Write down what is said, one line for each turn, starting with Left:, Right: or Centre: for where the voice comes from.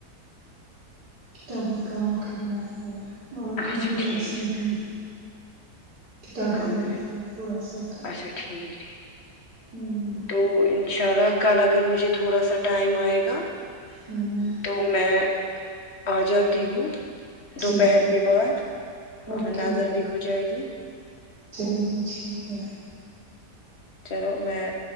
Right: کا بھی کام کرنا ہے اور
Left: اچھا
Right: کمپیوٹرس
Left: ٹھیک
Right: میں بھی کتابی
Left: کمپیوٹر
Right: ورک ہے تھوڑا سا تو
Left: اچھا ٹھیک ٹھیک
Right: ہوں
Left: تو ان شاء اللہ کل اگر مجھے تھوڑا سا ٹائم آئے گا
Right: ہم
Left: تو میں آ جاتی ہوں دوپہر
Right: ٹھیک ہے
Left: کے بعد
Right: اوکے
Left: وہاں نظر
Right: اوکے
Left: بھی ہو جائے گی
Right: چلے جی ٹھیک ہے
Left: چلو میں